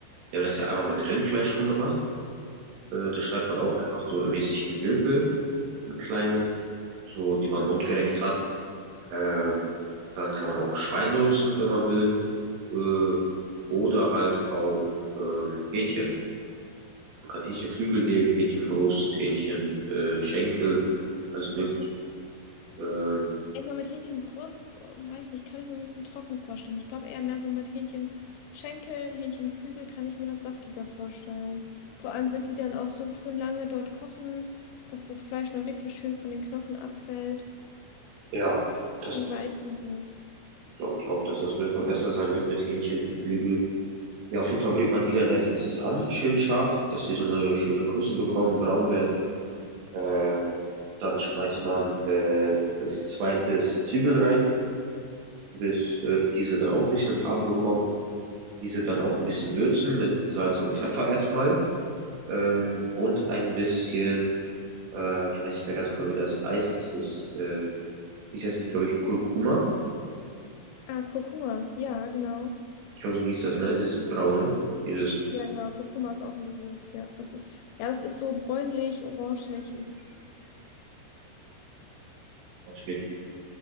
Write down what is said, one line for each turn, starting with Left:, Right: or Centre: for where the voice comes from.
Right: Wir haben das ja einmal mit Rindfleisch schon gemacht. Äh, das schneidet man auch einfach so mäßig in Würfel, in kleine, so die man mundgerecht hat. Ähm, dann kann man auch Schwein benutzen, wenn man will. äh, oder halt auch ähm, Hähnchen. Man kann Hähnchenflügel nehmen, Hähnchenbrust, Hähnchen, äh, Schenkel, alles mögliche.
Left: okay.
Right: Ähm,
Left: Ich denke mal, mit Hähnchenbrust, äh, weiß nicht, kann ich mir ein bisschen trocken vorstellen. Ich glaube eher mehr so mit Hähnchenschenkel, Hähnchenflügel kann ich mir das saftiger vorstellen. Vor allem, wenn die dann auch so schön lange dort kochen, dass das Fleisch noch richtig schön von den Knochen abfällt,
Right: ja, das
Left: schön weich dann ist.
Right: glaube ich auch, dass das auf jeden Fall besser sein wird mit Hähnchenflügel. Ja, auf jeden Fall brät man die dann erst, erst an, schön scharf, dass die so eine schöne Kruste bekommen, braun werden. Ähm, dann schmeißt man äh, als zweites Zwiebeln rein, bis äh, diese dann auch ein bisschen Farbe bekommen. Diese dann auch ein bisschen würzen mit Salz und Pfeffer erstmal. ähm, und ein bisschen, äh, ich weiß nicht mehr ganz genau, wie das heißt. Das ist, äh, ist jetzt nicht, glaube ich, Kurkuma.
Left: Ah, Kurkuma, ja, genau.
Right: Ich glaube, so hieß das, ne? Dieses braune, dieses
Left: Ja, genau, Kurkuma ist auch ein Gewürz, ja. Das ist, ja, das ist so bräunlich, orangelich.
Right: schlecht.